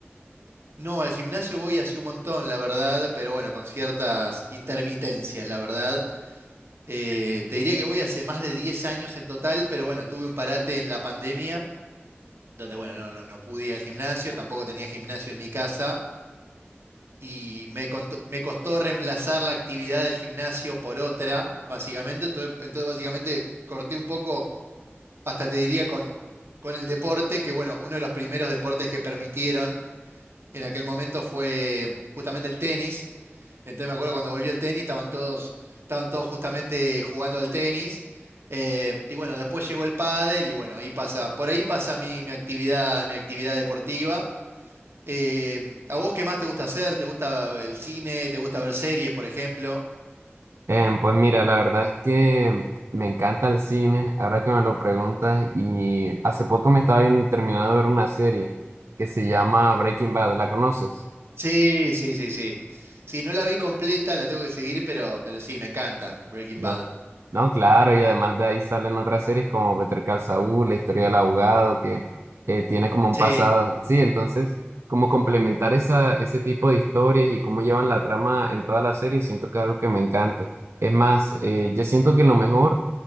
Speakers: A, on the right; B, on the right.
A: No, al gimnasio voy hace un montón, la verdad, pero bueno, con ciertas intermitencias, la verdad. Eh, te diría que voy hace más de 10 años en total, pero bueno, tuve un parate en la pandemia, donde bueno, no, no, no pude ir al gimnasio, tampoco tenía gimnasio en mi casa, y me, cont- me costó reemplazar la actividad del gimnasio por otra, básicamente. Entonces, entonces básicamente corté un poco hasta te diría con, con el deporte, que bueno, uno de los primeros deportes que permitieron en aquel momento fue justamente el tenis. Entonces me acuerdo cuando volvió el tenis, estaban todos, estaban todos justamente jugando al tenis. Eh, y bueno, después llegó el pádel y bueno, ahí pasa, por ahí pasa mi, mi actividad, mi actividad deportiva. Eh, ¿a vos qué más te gusta hacer? ¿Te gusta el cine? ¿Te gusta ver series, por ejemplo?
B: Em, pues mira, la verdad es que me encanta el cine, ahora que me lo preguntas, y hace poco me estaba viendo- terminando de ver una serie que se llama Breaking Bad, ¿la conoces?
A: Sí, sí, sí, sí. Sí, no la vi completa, la tengo que seguir, pero, pero sí, me encanta Breaking
B: No,
A: Bad.
B: no, claro, y además de ahí salen otras series como Better Call Saul, La historia del abogado, que eh, tiene como un
A: Sí.
B: pasado, sí, entonces, como complementar esa, ese tipo de historias y cómo llevan la trama en toda la serie, siento que es algo que me encanta. Es más, eh, yo siento que lo mejor